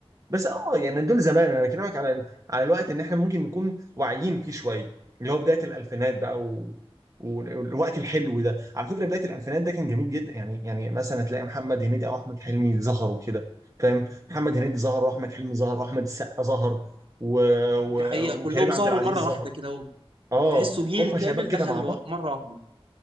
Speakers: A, on the right (about 35°); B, on the right (about 65°).
A: بس اه يعني دول زمان انا بكلمك على ال- على الوقت ان احنا ممكن نكون واعيين فيه شويه اللي هو بدايه الالفينات بقى و... وال- والوقت الحلو ده على فكره بدايه الالفينات ده كان جميل جدا يعني يعني مثلا هتلاقي محمد هنيدي او احمد حلمي ظهروا كده فاهم محمد هنيدي ظهر واحمد حلمي ظهر واحمد السقا ظهر و... و...
B: دي حقيقة كلهم
A: وكريم عبد
B: سهروا
A: العزيز
B: مرة واحدة
A: ظهر
B: كده
A: اه
B: تحسوا جيل
A: هم
B: كامل
A: شباب كده
B: دخل
A: مع بعض
B: مرة واحدة